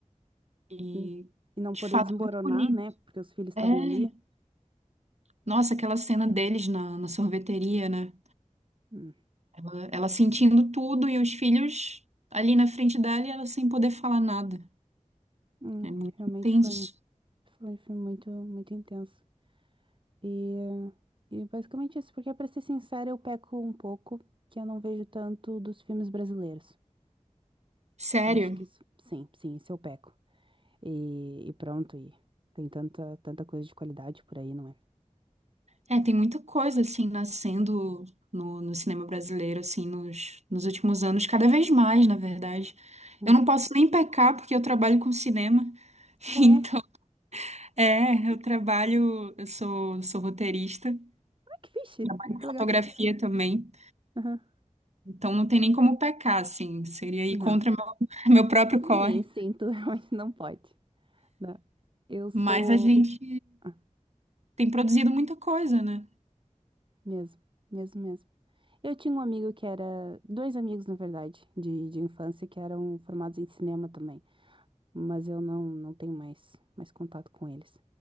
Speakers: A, on the right; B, on the right.
A: E,
B: Hum. E não
A: de
B: poder
A: fato,
B: desmoronar,
A: muito bonito.
B: né? Porque os filhos estavam
A: É.
B: ali.
A: Nossa, aquela cena deles na, na sorveteria, né?
B: Hum.
A: Ela, ela sentindo tudo e os filhos ali na frente dela e ela sem poder falar nada.
B: Hum,
A: É muito
B: Realmente
A: intenso.
B: foi, um- foi um filme muito, muito intenso. E, e basicamente isso, porque pra ser sincera, eu peco um pouco que eu não vejo tanto dos filmes brasileiros.
A: Sério.
B: Que eu acho que isso, sim, sim, isso eu peco. E, e pronto, e tem tanta, tanta coisa de qualidade por aí, não é?
A: É, tem muita coisa, assim, nascendo no, no cinema brasileiro, assim, nos, nos últimos anos, cada vez mais, na verdade.
B: Hum.
A: Eu não posso nem pecar porque eu trabalho com cinema. <laughs>
B: Ah,
A: Então,
B: é?
A: é, eu trabalho, eu sou, sou roteirista,
B: Ah, que fixe!
A: trabalho com
B: Que
A: fotografia
B: legal.
A: também.
B: Aham.
A: Então não tem nem como pecar, assim. Seria ir
B: Não.
A: contra meu, <laughs> meu próprio
B: Sim,
A: corre.
B: sim, tu <laughs> realmente não pode. Não. Eu sou.
A: Mas a gente
B: Ah,
A: tem produzido muita coisa, né?
B: mesmo, mesmo, mesmo. Eu tinha um amigo que era. Dois amigos, na verdade, de, de infância, que eram formados em cinema também. mas eu não, não tenho mais, mais contato com eles.